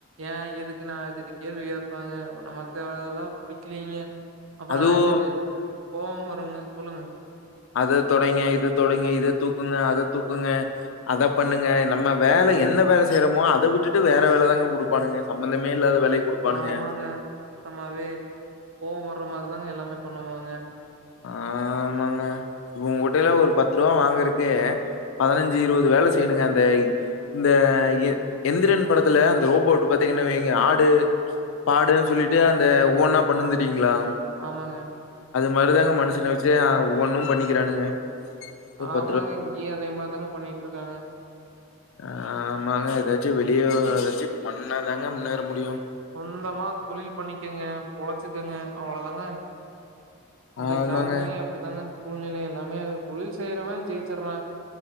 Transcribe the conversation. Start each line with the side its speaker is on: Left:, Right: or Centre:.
Right: ஏன் எதுக்குன்னு ஆய்ரத்தி எட்டு கேள்வி கேட்பாங்க நமக்கு அதெல்லா புடிக்கிலிங்க அப்பறோ
Left: அதுவு
Right: ஆயிரத்தி எட்டு ம் கோவமு வருங்க சொல்லுங்க
Left: அத தொடைங்க இத தொடைங்க இத தூக்குங்க அத தூக்குங்க அத பண்ணுங்க நம்ம வேல என்ன வேல செய்றமோ அத விட்டுட்டு வேற வேலதாங்க குடுக் பானுங்க சம்பந்தமே இல்லாத வேலைய குடுப்பானுங்க
Right: ஆமாங்க. சுத்தமாவே கோவோ வர்ற மார்தாங்க எல்லாமே பண்ணுவாங்க
Left: ஆ ஆமாங்க உங்க குட்டயில ஒரு பத்து ரூபா வாங்கறக்கு பதினஞ்சு இருவது வேல செய்யணுங்க அந்த இந்த எ எந்திரன் படத்துல அந்த ரோபோட் பாத்திங்கன்னு வைங்க ஆடு பாடுன்னு சொல்லிட்டு அந்த ஒவ்வொன்னா பண்ணுந்துட்டீங்களா
Right: ஆமாங்க
Left: மருதாங்க மனுசன வச்சு ஆ ஒவ்வொன்னு பண்ணிக்கிறானுங்க ஒரு
Right: ஆமாங்க
Left: ரூ.
Right: இங்கயு அதே மார்தாங்க பண்ணீட்ருக்காங்க
Left: ஆமாங்க எதாச்சு வெளிய எதாச்சு பண்ணாதாங்க முன்னேற முடியு
Right: சொந்தமா தொழில் பண்ணிக்கங்க பொழச்சுக்குங்க அவ்ளோதாங்க இந்த
Left: ஆமாங்க.
Right: காலநிலை அப்டித்தாங்க சூழ்நிலை எல்லாமே தொழில் செய்யறவன் ஜெயிச்சடுறா